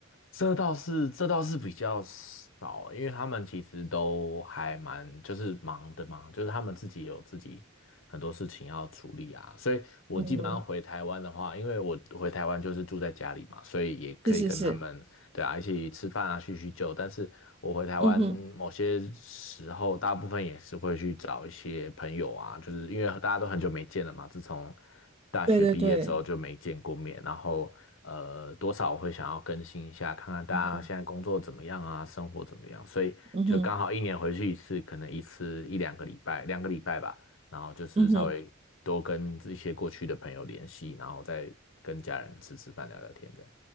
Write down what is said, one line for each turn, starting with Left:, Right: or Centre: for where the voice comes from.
Left: 这倒是，这倒是比较少，因为他们其实都还蛮就是忙的嘛，就是他们自己有自己很多事情要处理啊，所以我基本上回台湾的话，
Right: 嗯哼，
Left: 因为我回台湾就是住在家里嘛，所以也可以跟他们对啊一起吃饭啊叙叙旧，
Right: 是是是，
Left: 但是我回台湾某些时候，
Right: 嗯哼，
Left: 大部分也是会去找一些朋友啊，就是因为大家都很久没见了嘛，自从。大学毕业之后就没见过面，
Right: 对对对，
Left: 然后呃，多少我会想要更新一下，看看大家现在工作怎么样啊，
Right: 嗯哼，
Left: 生活怎么样，所以就刚好一年回去一次，
Right: 嗯哼，
Left: 可能一次一两个礼拜，两个礼拜吧，然后就是稍微多跟一些过去的朋友联系，
Right: 嗯哼。
Left: 然后再跟家人吃吃饭、聊聊天这样。